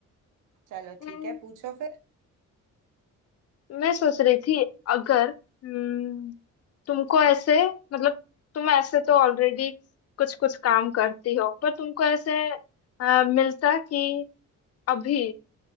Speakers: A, on the right; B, on the left.
A: चलो
B: हम्म,
A: ठीक है पूछो फिर
B: मैं सोच रही थी अगर हम्म, तुमको ऐसे मतलब तुम ऐसे तो ऑलरेडी कुछ कुछ काम करती हो पर तुमको ऐसे अ, मिलता कि अभी